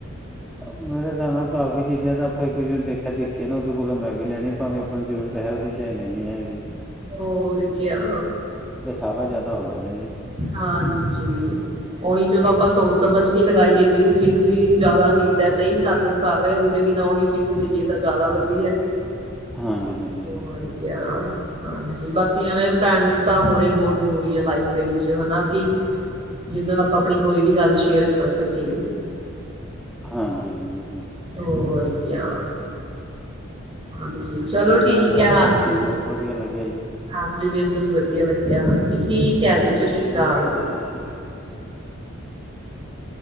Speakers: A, in the centre; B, on the right.
A: ਮੇਰੇ ਹਿਸਾਬ ਨਾਲ ਕਾਫ਼ੀ ਚੀਜ਼ਾਂ ਤਾਂ ਆਪਾਂ ਇੱਕ ਦੂਜੇ ਨੂੰ ਦੇਖਾ ਦੇਖੀ ਨਾ ਉਹਦੇ ਕੋਲ ਐ ਮੈਂ ਵੀ ਲੈਣੀ ਭਾਵੇਂ ਆਪਾਂ ਨੂੰ ਜ਼ਰੂਰਤ ਹੈ ਉਹਦੀ ਚਏ ਨਹੀਂ ਹੈਗੀ ਜੀ।
B: ਹੋਰ ਕਿਆ
A: ਦਿਖਾਵਾ ਜ਼ਿਆਦਾ ਹੋ ਗਿਆ ਨਾ ਜੀ
B: ਹਾਂਜੀ ਉਹੀ ਚਲੋ ਆਪਾਂ ਸੋਚ ਸਮਝ ਕੇ ਲਗਾਈਏ ਜਿਹੜੀ ਚੀਜ਼ ਦੀ ਜ਼ਿਆਦਾ ਨੀਡ ਹੈ ਨਹੀਂ ਸਰ -ਸਰ ਰਿਹਾ ਜਿਹਦੇ ਬਿਨਾਂ ਉਹੀ ਚੀਜ਼ ਲਈਏ ਤਾਂ ਜ਼ਿਆਦਾ ਵਧੀਆ।
A: ਹਾਂਜੀ, ਹਾਂਜੀ, ਹਾਂਜੀ
B: ਹੋਰ
A: ਬਿਲਕੁਲ
B: ਕਿਆ ਹਾਂਜੀ ਬਾਕੀ ਐਵੇਂ ਫਰੈਂਡਸ ਤਾਂ ਹੋਣੇ ਬਹੁਤ ਜਰੂਰੀ ਐ ਲਾਈਫ ਦੇ ਵਿੱਚ ਹੈਨਾ। ਕੀ ਜਿਦੇ ਨਾਲ ਆਪਾਂ ਆਪਣੀ ਕੋਈ ਵੀ ਗੱਲ ਸ਼ੇਅਰ ਕਰ ਸਕੀਏ।
A: ਹਾਂਜੀ -ਹਾਂਜੀ। ਹਾਂਜੀ
B: ਹੋਰ
A: ਚਲੋ
B: ਕਿਆ <unintelligible> ਹਾਂਜੀ
A: ਤੁਹਾਡੇ
B: ਚਲੋ ਠੀਕ
A: ਨਾਲ ਗੱਲ
B: ਹੈ ਹਾਂਜੀ
A: ਕਰਕੇ ਬਹੁਤ ਵਧੀਆ ਲੱਗਿਆ ਜੀ।
B: ਹਾਂਜੀ ਮੈਨੂੰ ਵੀ ਵਧੀ ਵਧੀਆ ਲੱਗਿਆ ਹਾਂਜੀ, ਠੀਕ ਹੈ ਜੀ
A: ਠੀਕ
B: ਸਤਿ ਸ੍ਰੀ
A: ਓਕੇ
B: ਅਕਾਲ ਜੀ।
A: ਸਤਿ ਸ਼੍ਰੀ ਅਕਾਲ।